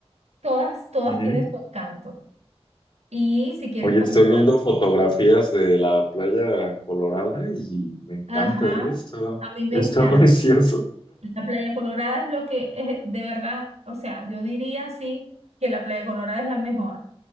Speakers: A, on the right; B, on the left.
A: todas, todas
B: Ujú.
A: tienen su encanto. Y si quieres
B: Oye,
A: comer,
B: estoy viendo fotografías de la playa Colorada y me encanta
A: ajá,
B: esto.
A: a mí me
B: Está
A: encanta.
B: <laughs> precioso.
A: La Playa Colorada es lo que es, de verdad, o sea, yo diría sí que la Playa Colorada es la mejor,